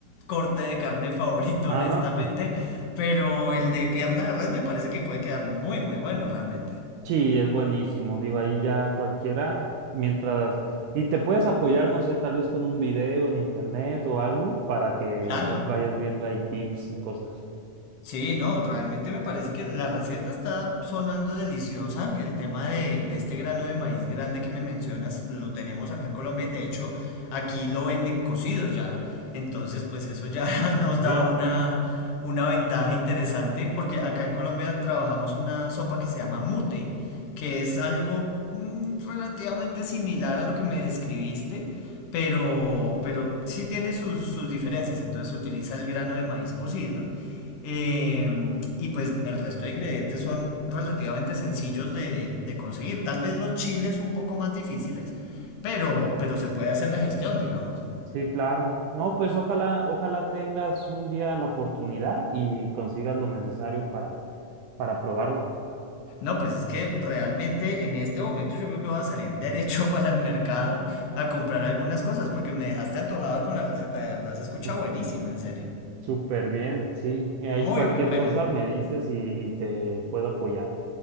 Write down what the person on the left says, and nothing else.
corte de carne favorito,
honestamente,
pero el de pierna de res me parece que puede quedar muy, muy bueno realmente.
Claro.
Sí, no, realmente me parece que la receta está sonando deliciosa. El tema de, de este grano de maíz grande que me mencionas lo tenemos acá en Colombia y de hecho aquí lo venden cocido ya. Entonces, pues eso ya <laughs> nos
da una, una ventaja interesante porque acá en Colombia trabajamos una sopa que se llama mute, que es algo mm, relativamente similar a lo que me describiste. Pero, pero sí tiene sus, sus diferencias. Entonces utiliza el grano de maíz cocido eh, y pues el resto de ingredientes son relativamente sencillos de, de conseguir. Tal vez los chiles un poco más difíciles, pero, pero se puede hacer la gestión, digamos.
No, pues es que realmente en este momento yo creo que voy a salir derecho <laughs> para el mercado a comprar algunas cosas, porque me dejaste antojada con la receta, de verdad se escucha
buenísima, en serio.
Muy,
muy buena.